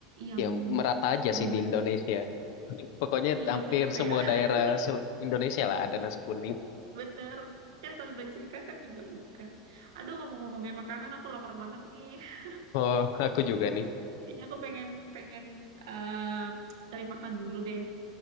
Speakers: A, on the right; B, on the left.
A: yang
B: Ya, merata aja
A: banyak
B: sih di Indonesia.
A: ju-
B: <laughs> Pokoknya
A: iya
B: hampir
A: bener
B: semua
A: ya
B: daerah
A: <laughs> jadi
B: sel- Indonesia lah ada nasi kuning.
A: bener kan kalau di Bancika kan juga bukan aduh ngomong-ngomongnya makanan aku lapar banget nih <laughs>
B: Oh, aku juga nih.
A: kayaknya aku pengen pengen eh cari makan dulu deh